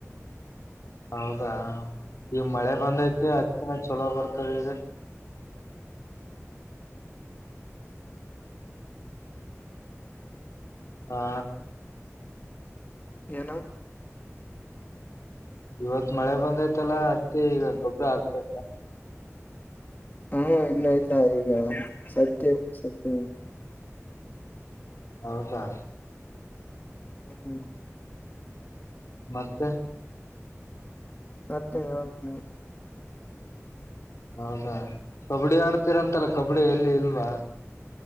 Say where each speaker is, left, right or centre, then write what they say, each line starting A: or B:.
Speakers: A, on the left; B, on the left.
A: ಹೌದಾ ಈಗ ಮಳೆ ಬಂದೈತಿ ಹತ್ತಿನ ಚಲೋ ಬರ್ತದೆ ಈಗ <unintelligible> ಹಾ
B: ನು
A: ಇವತ್ ಮಳೆ ಬಂದೈ್ತಲ್ಲಾ ಅತ್ತಿ ಈಗ ಗೊಬ್ಬರ ಆಗ್ಬೇ
B: ಹಾ ಇನ್ನೂ ಇಲ್ಲ ಈಗ ಸತ್ಯ ಸತ್ಯ
A: ಹೌದಾ
B: ಹಾ ಹ
A: ಮತ್ತೆ
B: ಮತ್ತೆ ಹೇಳ್ಬೇಕು
A: ಹೌದಾ ಕಬಡ್ಡಿ ಆಡ್ತೀರಂತೆಲ್ಲ ಕಬಡ್ಡಿ ಎಲ್ಲಿ ಇಲ್ವಾ